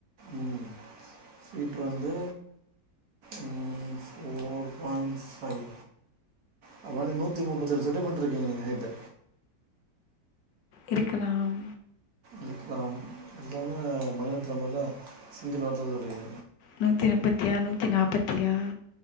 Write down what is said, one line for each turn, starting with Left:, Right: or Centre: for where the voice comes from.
Right: ம சீட் வந்து உ ஃபோர் பாயிண் ஃபைவ் அது மாரி நூத்தி முபதேழு சென்டமீடர் இருகீங்க நீங்க ஹைட்டு
Left: இருகலாம்
Right: இருகலா எல்லா மனிரத்ன மாரிதா சிங்கிள் வார்த சொல்றீங்க
Left: நூதி முபதியா நூதி நாபதியா